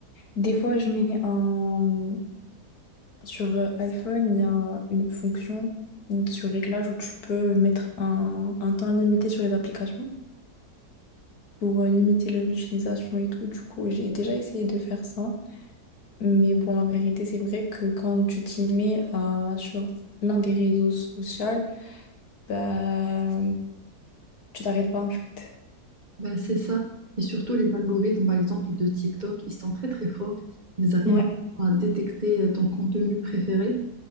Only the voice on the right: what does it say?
Bah, c'est ça. Et surtout les algorithmes, par exemple, de TikTok, ils sont très très forts. Ils arrivent
à détecter euh, ton contenu préféré.